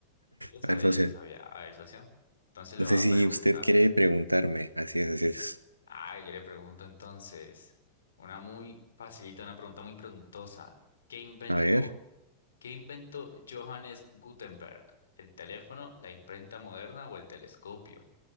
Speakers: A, on the left; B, on the right.
A: Yo le sabía,
B: A ver, socio,
A: yo le sabía. A ver, socio. Entonces le
B: no
A: voy
B: sé
A: a
B: si
A: preguntar.
B: usted quiere preguntarme. Así es, así es.
A: Ah, yo le pregunto entonces. Una muy facilita, una pregunta muy preguntosa. ¿Qué inventó,
B: A ver.
A: qué inventó Johannes Gutenberg? ¿El teléfono, la imprenta moderna o el telescopio?